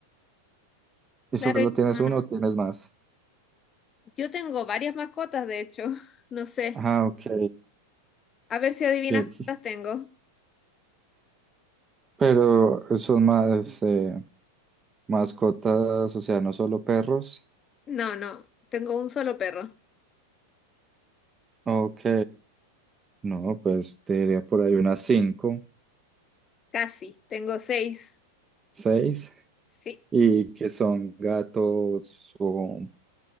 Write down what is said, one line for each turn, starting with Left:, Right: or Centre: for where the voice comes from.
Right: ¿Y
Left: Claro,
Right: solo
Left: y-
Right: tienes
Left: ah,
Right: uno o tienes más?
Left: yo tengo varias mascotas, de hecho. <laughs> No sé.
Right: Ah, ok.
Left: A ver si adivinas
Right: ok. ok.
Left: cuántas tengo.
Right: Pero son más eh, mascotas, o sea, no solo perros.
Left: No, no, tengo un solo perro.
Right: Ok. No, pues te diría por ahí unas cinco,
Left: Casi, tengo seis.
Right: seis.
Left: Sí.
Right: Y que son gatos o,